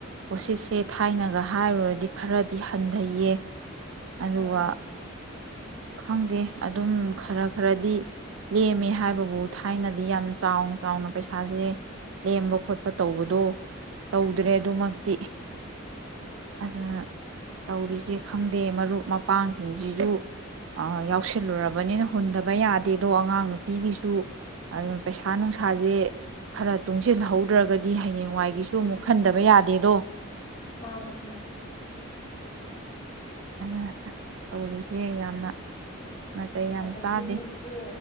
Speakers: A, on the right (about 70°); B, on the left (about 20°).
A: ꯄꯣꯠꯁꯤꯠꯁꯦ ꯊꯥꯏꯅꯒ ꯍꯥꯏꯔꯨꯔꯗꯤ ꯈꯔꯗꯤ ꯍꯟꯊꯩꯌꯦ ꯑꯗꯨꯒ
B: ꯑꯣ
A: ꯈꯪꯗꯦ ꯑꯗꯨꯝ ꯈꯔ ꯈꯔꯗꯤ ꯂꯦꯝꯃꯦ ꯍꯥꯏꯕꯕꯨ ꯊꯥꯏꯅꯗꯤ ꯌꯥꯝ ꯆꯥꯎꯅ ꯆꯥꯎꯅ ꯄꯩꯁꯥꯁꯦ ꯂꯦꯝꯕ ꯈꯣꯠꯄ ꯇꯧꯕꯗꯣ ꯇꯧꯗ꯭ꯔꯦ ꯑꯗꯨꯃꯛꯇꯤ ꯑꯗꯨ ꯇꯧꯔꯤꯁꯦ ꯈꯪꯗꯦ ꯃꯔꯨꯞ ꯃꯄꯥꯡꯁꯤꯡꯁꯤꯁꯨ ꯌꯥꯎꯁꯤꯜꯂꯨꯔꯕꯅꯤꯅ ꯍꯨꯟꯗꯕ ꯌꯥꯗꯦꯗꯣ ꯑꯉꯥꯡ ꯅꯨꯄꯤꯒꯤꯁꯨ ꯑꯗꯨ ꯄꯩꯁꯥ ꯅꯨꯡꯁꯥꯁꯦ ꯈꯔ ꯇꯨꯡꯁꯤꯜꯍꯧꯗ꯭ꯔꯒꯗꯤ ꯍꯌꯦꯡꯋꯥꯏꯒꯤꯁꯨ ꯑꯃꯨꯛ ꯈꯟꯗꯕ ꯌꯥꯗꯦꯗꯣ
B: ꯃꯥꯅꯤꯡꯉꯦ
A: ꯑꯗꯨ ꯑ ꯇꯧꯔꯤꯁꯦ ꯌꯥꯝꯅ ꯅꯥꯇꯩ ꯌꯥꯝ
B: ꯑꯗꯒꯤꯅꯦ
A: ꯆꯥꯗꯦ
B: ꯏꯆꯦ